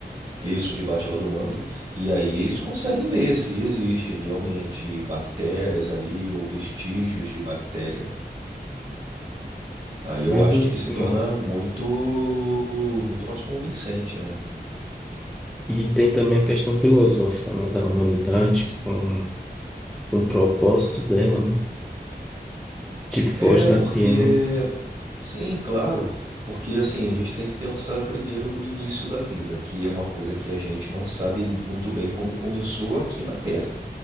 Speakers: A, on the right; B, in the centre.
A: Isso debaixo lá do manto. E aí eles conseguem ver se existe realmente bactérias ali ou vestígios de bactéria. Aí
B: Mas
A: eu acho
B: assim.
A: que se torna muito, muito mais convincente, né?
B: E tem também a questão filosófica, né, da humanidade, com, com o propósito dela, né? Tipo, foge
A: É,
B: da
A: porque.
B: ciência.
A: Sim, claro. Porque, assim, a gente tem que pensar primeiro no início da vida, que é uma coisa que a gente não sabe muito bem como começou aqui na Terra,